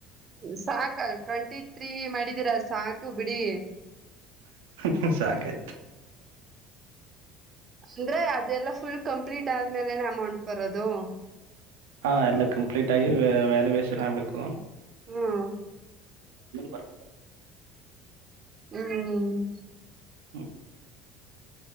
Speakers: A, on the right; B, on the right.
A: ಸಾಕಲ್ ಟ್ವೆಂಟಿ ತ್ರೀ ಮಾಡಿದೀರ ಸಾಕು ಬಿಡಿ
B: ಹಾ ಸಾಕೆಜ
A: ಅಂದ್ರೆ ಅದೆಲ್ಲ ಫುಲ್ ಕಂಪ್ಲೀಟ್ ಆದ್ಮೇಲೆನೆ ಅಮೌಂಟ್ ಬರೋದು
B: ಹಾ ಎಲ್ಲ ಕಂಪ್ಲೀಟ್ ಆಗಿ ವ್ಯಾಲ್ಯುವೇಷನ್ ಆಗ್ಬೇಕು
A: ಹ್ಮ್
B: ಬರ್
A: ಹ್ಮ್
B: ಹ್ಮ